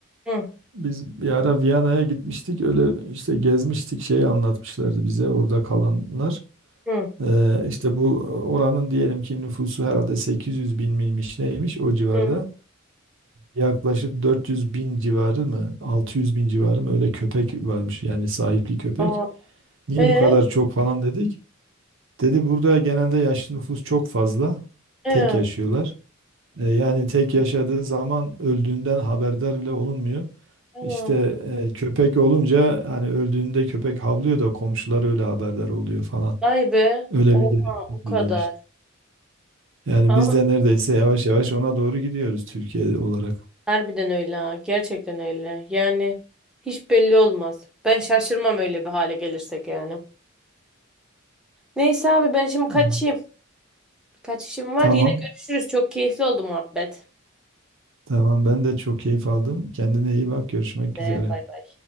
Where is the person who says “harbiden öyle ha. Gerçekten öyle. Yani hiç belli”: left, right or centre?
Centre